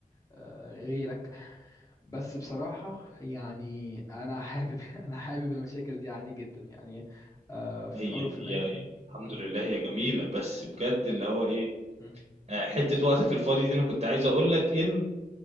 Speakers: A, on the left; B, on the right.
A: آه، غيرك بس بصراحة يعني انا حابب <laughs> انا حابب المشاكل دي عادي جدا يعني آه، في
B: هي
A: الاول وفي
B: هي
A: الاخر
B: هي. الحمد
A: مم،
B: لله هي جميلة، بس بجد اللي هو إيه،
A: مم،
B: آآ حتّة وقتك الفاضي دي أنا كنت عايز أقول لك إن